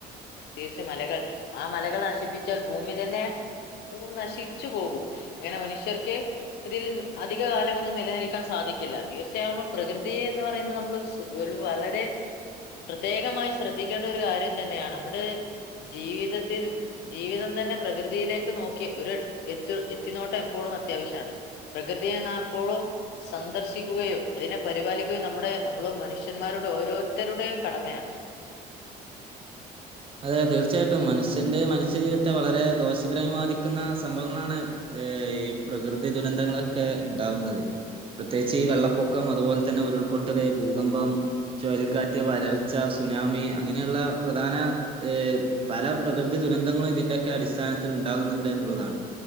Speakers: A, on the left; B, on the right.
A: തീർച്ച മലകൾ ആ മലകൾ നശിപ്പിച്ചാൽ ഭൂമി തന്നെ നശിച്ചു പോകും അങ്ങനെ മനുഷ്യർക്ക് ഇതിൽ അധിക കാലംന്നും നിലനിൽക്കാൻ സാധിക്കില്ല തീർച്ചയായുമൾ പ്രകൃതിയ എന്ന് പറയുന്നത് നമ്മൾ ഒരു വളരെ പ്രത്യേകമായി ശ്രദ്ധിക്കേണ്ട ഒരു കാര്യം തന്നെയാണ് നവിടെ ജീവിതത്തിൽ ജീവിതം തന്നെ പ്രകൃതിയിലേക്ക് നോക്കി ഒരു എത്ത എത്തിനോട്ടം എപ്പോഴും അത്യാവശ്യമാണ് പ്രകൃതിയ എന്നാ ഇപ്പോഴും സന്ദർശിക്കുകയോ അതിനെ പരിപാലിക്കുകയും നമ്മുടെ നമ്മൾ മനുഷ്യന്മാരുടെ ഓരോ ഇത്തരുടെയും കടമയാണ്
B: അതെ തീർച്ചയായിട്ടും മനുഷ്യന്റെ മനുഷ്യജീവിതത്തെ വളരെ ദോഷകരമായി ബാധിക്കുന്ന സംഭവങ്ങളാണ് ഏർ ഈ പ്രകൃതി ദുരന്തങ്ങളൊക്കെ ഉണ്ടാവുന്നത് പ്രത്യേകിച്ച് ഈ വെള്ളപ്പൊക്കം അതുപോലെ തന്നെ ഉരുൾപൊട്ടല് ഭൂകമ്പം ചുഴലിക്കാറ്റ്, വരൾച്ച, സുനാമി അങ്ങനെയുള്ള പ്രധാന ഏ പല പ്രകൃതി ദുരന്തങ്ങളും ഇതിന്റോക്കെ അടിസ്ഥാനത്തിൽ ഉണ്ടാകുന്നുണ്ട് എന്നുള്ളതാണ്.